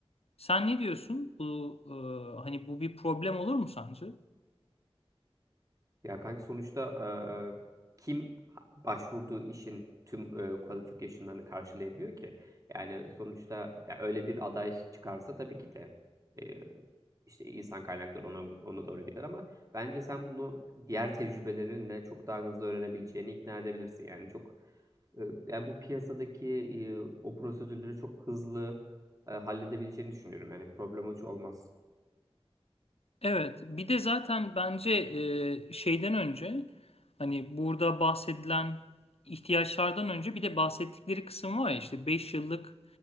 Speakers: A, on the left; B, on the right.
A: Sen ne diyorsun? Bu e, hani bu bir problem olur mu sence?
B: Ya kanka sonuçta e, kim ha- başvurduğu işin tüm e, qualification'larını karşılayabiliyor ki? Yani sonuçta ya öyle bir aday çıkarsa tabii ki de e, işte insan kaynakları ona, ona doğru gider ama bence sen bunu diğer tecrübelerinle çok daha hızlı öğrenebileceğini ikna edebilirsin. Yani çok e, yani bu piyasadaki e, o prosedürleri çok hızlı e, halledebileceğini düşünüyorum. Yani problem hiç olmaz.
A: Evet, bir de zaten bence e, şeyden önce hani burada bahsedilen ihtiyaçlardan önce bir de bahsettikleri kısım var ya işte Beş yıllık